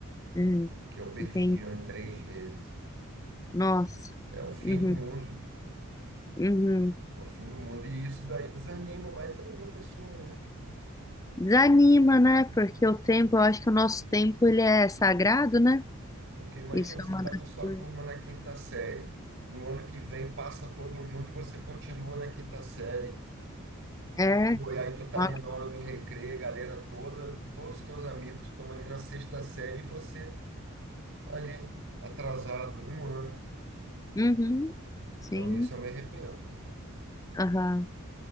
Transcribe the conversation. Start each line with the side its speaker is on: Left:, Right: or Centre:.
Left: hum,
Right: que eu perdi
Left: entendi.
Right: de ano três vezes.
Left: Nossa.
Right: É o fim
Left: Uhum,
Right: do mundo,
Left: uhum.
Right: é o fim do mundo. E isso daí desanima mais ainda a pessoa, né?
Left: Desanima, né? Porque o tempo, eu acho que o nosso tempo ele é sagrado, né?
Right: Porque imagina,
Left: Isso é
Right: você
Left: uma
Right: está
Left: das
Right: com sua
Left: coisas.
Right: turma na quinta série. No ano que vem passa todo mundo e você continua na quinta série.
Left: É.
Right: Pô, e aí tu tá
Left: ó,
Right: ali na hora do recreio, galera toda, todos os teus amigos estão ali na sexta série e você ali atrasado um ano.
Left: Uhum, sim.
Right: Então isso eu me arrependo.
Left: Aham.